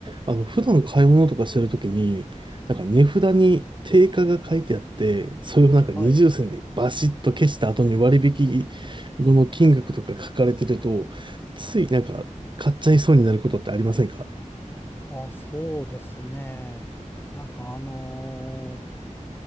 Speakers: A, on the right (about 40°); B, on the left (about 15°).
A: あの、普段買い物とかしてるときに、なんか値札に定価が書いてあって、それをなんか二重線でバシッと消した後に割引
B: はい。
A: 後の金額とか書かれてると、ついなんか買っちゃいそうになることってありませんか
B: あ、そうですね。なんかあのー